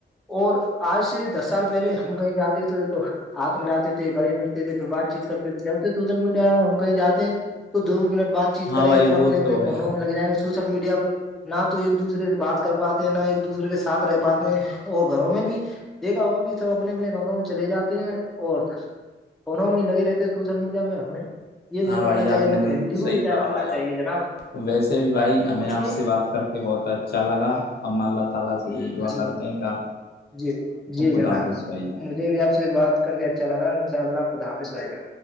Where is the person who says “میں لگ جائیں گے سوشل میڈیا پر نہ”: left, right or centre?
Centre